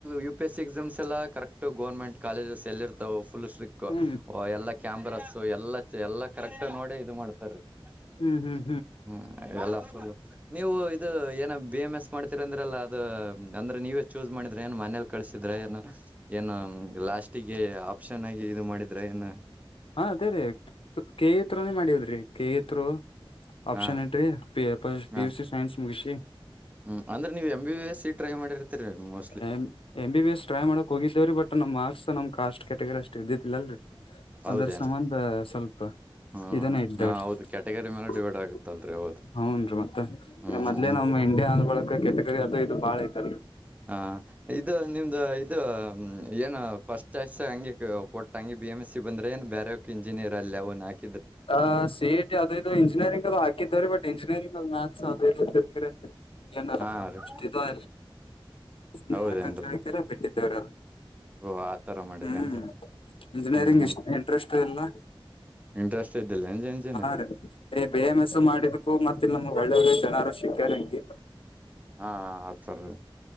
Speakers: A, on the right; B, on the left.
A: U P S C exams ಎಲ್ಲ ಕರೆಕ್ಟ್ ಗೋರ್ಮೆಂಟ್ ಕಾಲೇಜಸ್ ಚಲ್ಲಿ ಇರ್ತವು ಫುಲ್ ಸ್ಟ್ರಿಕ್
B: ಹ್ಮ್
A: ಒ ಎಲ್ಲ ಕ್ಯಾಮ್ರಸ್ ಎಲ್ಲ ಎಲ್ಲಾ ಕರೆಕ್ಟ್ ನೋಡೇ ಇದು ಮಾಡ್ತಾರೀ <inaudible>
B: ಹ್ಮ್ ಹ್ಮ್
A: ಹ್ಮ್ ಎಲ್ಲ ಫುಲ್ ನೀವು ಇದು ಏನ ಬಿ ಎಮ್ ಎಸ್ ಮಾಡ್ತೀರಿ ಅಂದ್ರಲ್ಲ ಅದು ಅಂದ್ರೆ ನೀವೇ ಚೂಸ್ ಮಾಡಿದ್ರೆ ಏನ್ ಮನೇಲಿ ಕಳಸಿದ್ರ ಏನ ಏನು ಲಾಸ್ಟಿಗೆ ಆಪ್ಷನ್ ಆಗಿ ಇದು ಮಾಡಿದ್ರ ಏನ
B: ಹಾ ಅದೇ ರೀ ಕೆ ಇತ್ರನೇ ಮಾಡದ್ರಿ ಕೆ ಇತ್ರ ಆಪ್ಷನ್
A: ಹಾ
B: <inaudible> <inaudible> ಪ ಪಿ
A: ಹಾ
B: ಯುಸ್ ಸಿ ಸೈನ್ಸ್ ಮುಗಿಸಿ
A: ಹ್ಮ್ ಅಂದ್ರ ನೀವು M B B S C try ಮಾಡಿರ <inaudible>
B: A M B S try ಮಾಡಕ್ ಹೋಗಿದ್ದೇರೀ ಬಟ್ ನಮ್ ಮಾರ್ಕ್ಸ್ ನಮ್ ಕಾಸ್ಟ್ ಕೆಟಗರಿ ಅಷ್ಟ ಇದ್ದಿದ್ಲಲ್ರರಿ
A: ಹೌದೇನ್
B: ಅಂದ್ರ ಸಂಬಂಧ ಸ್ವಲ್ಪ
A: ಹ್ಮ್
B: ಇದನ್ನ ಇದ್ದವ್ರೀ
A: ಹಾ ಹೌದು ಕ್ಯಾಟಗರಿ ಮೇಲೆ
B: <inaudible>
A: ಡಿವೈಡ್ ಆಗುತ್ತಲ್ರಿ ಹೌದು
B: ಹ್ನ್ೀ ಮತ್ತ
A: ಹ್ಮ್
B: ಮದ್ಲೆ
A: ಹ್ಮ್
B: ನಮ್ಮ ಇಂಡಿಯಾ ಅಂದ್ರ ಬಳಕ ಕೆಟಗರಿ ಅದು ಇದು ಬಾಳ ಐತ
A: ಹಾ ಇದು ನಿಮ್ದ ಇದು ಏನು ಫಸ್ಟ್ ಚಾಯ್ಸ್ ಹಂಗೆ ಕೊಟ್ಟಂಗ ಬಿ ಎಮ್ ಎಸ್ ಸಿ ಬಂದ್ರೆ ಏ ಬೇರೆೋ ಇಂಜಿನಿಯರ್ ಅಯ ಅವ್ನ್ ಯಾಕೆ
B: ಆ ಸಿ ಟಿ ಅದ ಇದು ಇಂಜಿನಿಯರಿಂಗ ಅದು ಹಾಕಿದ್ರರಿ ಬಟ್ ಇಂಜಿನಿಯರಿಂಗ್ ಮ್ಯಾಥಸ್ ಅದೇರ್ಕರಿ <inaudible> <inaudible> ನ
A: ಹಾ ರೀ
B: ಅಷ್ಟೋ ಅ ಸುಮ್ಮನೆ
A: ಹೌದೇನ್ರಿ
B: ಯಾಕಂತ ಹೇಳಕಾರ ಬಿಟ್ಟಿದ್ದ್ರ
A: ಓಹ ಆತರ ಮಾಡಿದೇನ್ರಿ
B: ಹ್ಮ್ ಇಂಜಿನಿಯರಿಂಗ್
A: ಹ್ಮ್
B: ಇಷ್ಟ ಇಂಟ್ರೆಸ್ಟ್ ಇಲ್ಲ
A: ಇಂಟ್ರಸ್ಟ್ <inaudible>
B: <inaudible> <inaudible> ಹಾ ರೀ ರ ಬೇ ಎಂ ಎಸ ಮಾಡಿದಕ್ಕು ಮತ್ತೆ ನಮ್ ಒಳ್ಳೆ ಒಳ್ಳೆ ಜನರು ಸಿಕ್ಕ್ಯಾರ ಹಂಗಗೆ
A: ಹಾ ಆತರ